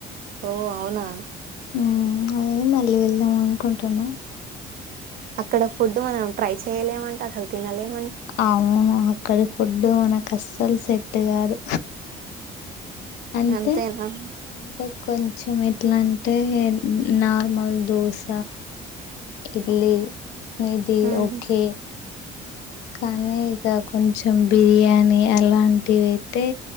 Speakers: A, on the right (about 60°); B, on the left (about 80°).
A: ఓ అవునా
B: మ్మ్ అదే మళ్ళీ వెళ్దాం అనుకుంటున్న
A: అక్కడ ఫుడ్ మనం ట్రై చెయలేమంటే అసలు తినలేమ
B: అవునూ అక్కడె ఫుడ్డు మనక్ అస్సల్ సెట్టు కాదు అంటే
A: అంతేనా
B: అంటే కొంచెం ఎట్లా అంటే నార్మల్ దోశ ఇడ్లీ ఇది
A: ఉహు
B: ఓకే కానీ ఇక కొంచెం బిర్యానీ అలాంటివి ఐతే